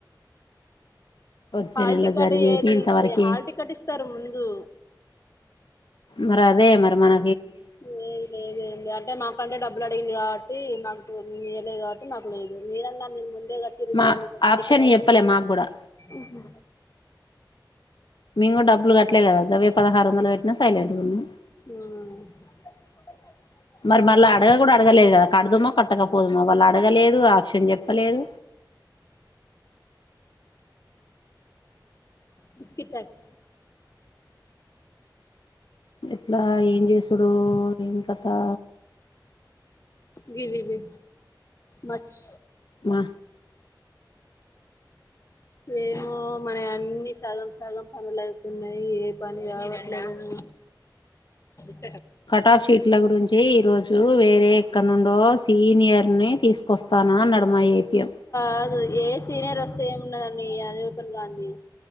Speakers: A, on the left; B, on the left.
A: వచ్చే
B: హాల్
A: నెలలో
B: టికెట్
A: జరిగేది
B: ఏది
A: ఇంతవరకి
B: ఇస్తే హాల్ టికెట్ ఇస్తరు ముందు
A: మరి అదే మరి మన
B: లేదు లేదు ఏంలేదు అంటే మాకంటే డబ్బులు అడిగింది గా టి మాకు ఇయ్యాలేదు కాబట్టి మాకు లేదు మీ రన్నా మీరు ము ఎందరు కట్టిలు
A: మా
B: కదా మీరు హాల్
A: ఆప్షన్
B: టికెట్ అవు
A: చెప్పలే మాకు కూడా
B: ఉహు
A: మేము డబ్బులు కట్టలే గదా అ పదహారు వందలు కట్టినాం సైలెంట్గ ఉన్నం
B: ఉమ్
A: మరి మళ్ళ అడగ కూడా అడగలేదు గదా కడుదుమో కట్టకపోదుమో వాళ్ళు అడగలేదు ఆప్షన్ చెప్పలేదు
B: బిస్కిట్ ప్యాకెట్
A: ఎట్లా ఏం చేసూడు ఏం కథా
B: గిరివి మచ్
A: మా
B: ఏమో మనై అన్నీ సగం సగం పనులు అయితున్నాయి ఏ పని గ <unintelligible>
A: కట్ ఆఫ్ షీట్ల గురించి ఈ రోజు వేరే ఎక్కడ నుండో సీనియర్నె తీసుకొస్తాను అన్నాడు మా ఏపీఎం
B: కాదు ఏ సీనియర్ వస్తే ఏమున్నదాండి అది ఓపెన్ గాంది